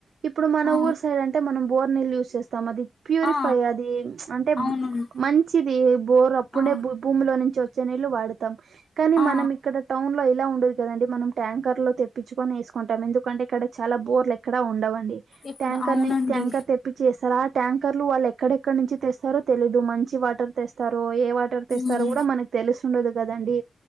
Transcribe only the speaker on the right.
ఇప్పుడు మన
ఊరు సైడ్ అన్. మనం బోర్ నీళ్లు యూస్ చేస్తాం అది ప్యూరిఫై
అది అంటే
మన్. చిది బోర్ అప్పుడే
భూమిలో నుంచి వచ్చే నీళ్లు వాడుతాం కానీ
మనం ఇక్కడ. టౌన్ లో ఇలా ఉండదు కదండి మనం ట్యాంకర్ లో తెప్. ప్పించుకొని వేసుకుంటాం ఎందుకంటే ఇక్కడ చాలా బోర్లు ఎక్కడా ఉండవండి
ట్యాంకర్
ని ట్యాంకర్ తెప్. ప్పిచేస్తారా ట్యాంకర్లు వాళ్ళు ఎక్. ఎక్కడెక్కడ నుంచి తెస్తారో తెలీదు మంచి వాటర్ తెస్తారు ఏ వాటర్ తెస్తారో
కూడా మనక్. తెలుసుండదు కదండి